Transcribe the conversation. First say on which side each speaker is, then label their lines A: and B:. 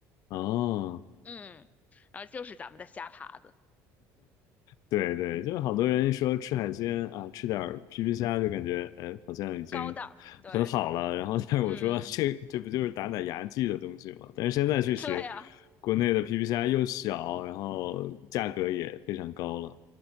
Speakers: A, on the left; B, on the left.
A: 哦。
B: 嗯，然后就是咱们的虾爬子，
A: 对对，就好多人一说吃海鲜啊，吃点儿皮皮虾就感觉哎，好像已经
B: 高档，对，
A: 很好了。然后，但是我说这这不就是打打牙祭的东西吗？
B: 嗯，
A: 但是现在确实，
B: 对啊。
A: 国内的皮皮虾又小，然后价格也非常高了。